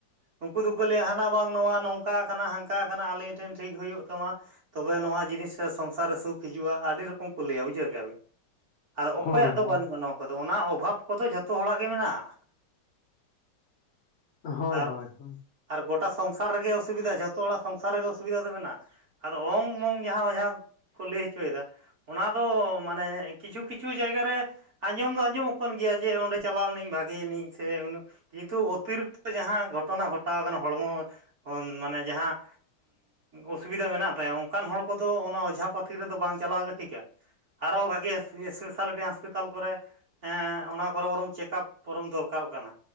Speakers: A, on the right; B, on the left.
A: ᱩᱱᱠᱩ ᱫᱚᱠᱚ ᱞᱟᱹᱭᱟ ᱦᱟᱱᱟ ᱵᱟᱝ ᱱᱚᱣᱟ ᱱᱚᱝᱠᱟ ᱠᱟᱱᱟ ᱦᱟᱱᱠᱟ ᱠᱟᱱᱟ ᱟᱹᱞᱤᱧ ᱴᱷᱮᱱ ᱴᱷᱤᱠ ᱦᱩᱭᱩᱜ ᱛᱟᱢᱟ ᱛᱚᱵᱮ ᱱᱚᱣᱟ ᱡᱤᱱᱤᱥ ᱥᱮ ᱥᱚᱝᱥᱟᱨ ᱨᱮ ᱥᱩᱠ ᱦᱤᱡᱩᱜᱼᱟ ᱟᱹᱰᱤ ᱨᱚᱠᱚᱢ ᱠᱚ ᱞᱟᱹᱭᱟ ᱵᱩᱡᱷᱟᱹᱣ ᱠᱮᱜᱼᱟ ᱵᱤᱱ ᱟᱫᱚ ᱚᱠᱚᱭᱟᱜ
B: ᱦᱳᱭ ᱦᱳᱭ
A: ᱫᱚ ᱵᱟᱹᱱᱩᱜᱼᱟ ᱱᱚᱣᱟ ᱠᱚᱫᱚ ᱚᱱᱟ ᱚᱵᱷᱟᱵᱽ ᱠᱚᱫᱚ ᱡᱷᱚᱛᱚ ᱦᱚᱲᱟᱜ ᱜᱮ ᱢᱮᱱᱟᱜᱼᱟ᱾
B: ᱦᱳᱭ
A: ᱟᱨ
B: ᱦᱳᱭ ᱦᱳᱭ᱾
A: ᱟᱨ ᱜᱚᱴᱟ ᱥᱚᱝᱥᱟᱨ ᱨᱮᱜᱮ ᱚᱥᱩᱵᱤᱫᱷᱟ ᱡᱷᱚᱛᱚ ᱦᱚᱲᱟᱜ ᱥᱚᱝᱥᱟᱨ ᱨᱮᱜᱮ ᱚᱥᱩᱵᱤᱫᱷᱟ ᱫᱚ ᱢᱮᱱᱟᱜᱼᱟ᱾ ᱟᱫᱚ ᱚᱝ ᱢᱚᱝ ᱜᱮ ᱦᱟᱸᱜ ᱚᱡᱷᱟ ᱠᱚ ᱞᱟᱹᱭ ᱚᱪᱚᱭᱮᱫᱟ᱾ ᱚᱱᱟ ᱫᱚ ᱢᱟᱱᱮ ᱠᱤᱪᱷᱩ ᱠᱤᱪᱷᱩ ᱡᱟᱭᱜᱟ ᱨᱮ ᱟᱸᱡᱚᱢ ᱫᱚ ᱟᱸᱡᱚᱢᱚᱜ ᱠᱟᱱ ᱜᱮᱭᱟ ᱡᱮ ᱚᱸᱰᱮ ᱪᱟᱞᱟᱣᱱᱟᱹᱧ ᱵᱷᱟᱜᱮᱱᱟᱹᱧ ᱥᱮ ᱩᱱᱟᱜ ᱠᱤᱱᱛᱩ ᱚᱛᱤᱨᱤᱠᱛᱚ ᱡᱟᱦᱟᱸ ᱜᱷᱚᱴᱚᱱᱟ ᱜᱷᱚᱴᱟᱣ ᱟᱠᱟᱱᱟ ᱦᱚᱲᱢᱚ ᱠᱷᱚᱱ ᱢᱟᱱᱮ ᱡᱟᱦᱟᱸ ᱚᱥᱩᱵᱤᱫᱷᱟ ᱢᱮᱱᱟᱜ ᱛᱟᱭᱟ ᱚᱱᱠᱟᱱ ᱦᱚᱲ ᱠᱚᱫᱚ ᱚᱱᱟ ᱚᱡᱷᱟ ᱯᱟᱹᱛᱤ ᱨᱮᱫᱚ ᱵᱟᱝ ᱪᱟᱞᱟᱣ ᱜᱮ ᱴᱷᱤᱠᱟ ᱟᱨᱚ ᱵᱷᱟᱜᱮ ᱮᱥᱯᱮᱥᱟᱞᱤᱴᱤ ᱦᱟᱥᱯᱟᱛᱟᱞ ᱠᱚᱨᱮ ᱮᱸ ᱚᱱᱟ ᱠᱚᱨᱮ ᱵᱟᱨᱚᱢ ᱪᱮᱠᱟᱯ ᱯᱚᱨᱚᱢ ᱫᱚᱨᱠᱟᱨᱚᱜ ᱠᱟᱱᱟ᱾